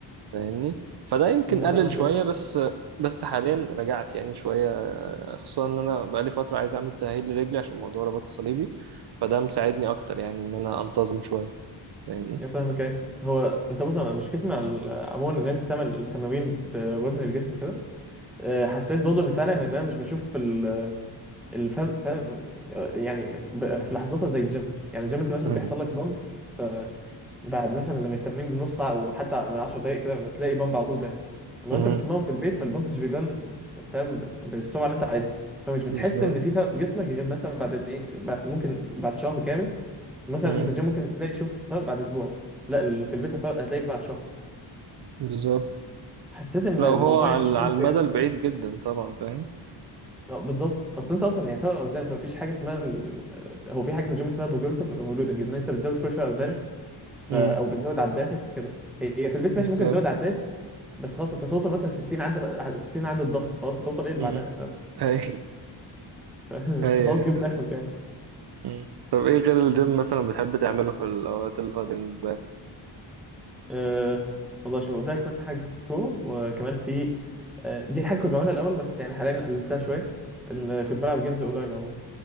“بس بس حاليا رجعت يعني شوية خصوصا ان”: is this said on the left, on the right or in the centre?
Right